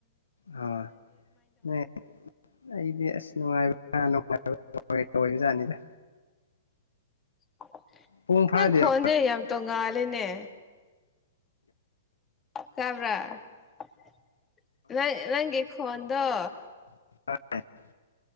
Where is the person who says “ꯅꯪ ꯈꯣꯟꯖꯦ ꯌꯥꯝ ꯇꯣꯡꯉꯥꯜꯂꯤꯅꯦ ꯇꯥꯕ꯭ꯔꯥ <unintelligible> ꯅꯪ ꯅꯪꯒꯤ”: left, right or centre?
Left